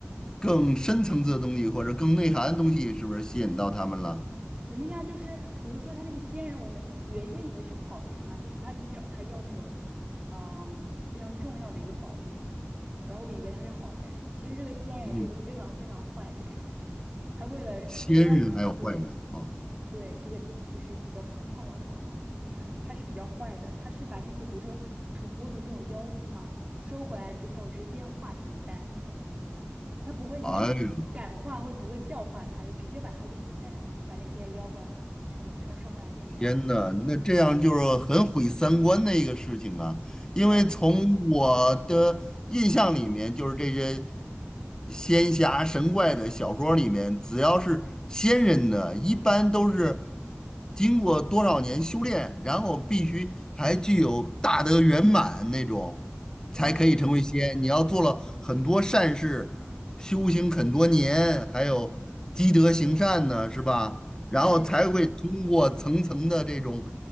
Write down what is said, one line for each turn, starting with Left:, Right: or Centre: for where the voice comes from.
Left: 更深层次的东西或者更内涵的东西，是不是吸引到他们了？
Right: 肯定啊，就是比如说他那个仙人，我们原先以为是好人啊，就他不是找他要那种，嗯，非常重要的一个宝物嘛。然后我以为他是好人，其实这个仙人是个非常非常坏的人。
Left: 嗯，
Right: 还为了为了让对
Left: 仙人还有坏人啊，
Right: 对这个就是比较胖胖老头儿嘛，就是他他是比较坏的，他是把那些比如说土拨鼠这种妖精啊收回来之后直接化成丹，他不会就是感化或者不会教化他，
Left: 哎呦
Right: 就直接把他炼成丹，把那些妖怪嘛全全收回来炼丹。
Left: 天呐，那这样就是很毁三观的一个事情啊，因为从我的印象里面，
Right: 对啊，
Left: 就是这些。仙侠神怪的小说里面，只要是仙人的，一般都是。经过多少年修炼，然后必须还具有大德圆满那种，
Right: 对啊，
Left: 才可以成为仙。你要做了很多善事，修行很多年，还有积德行善呢，是吧？
Right: 是的呀，
Left: 然后才会通过层层的这种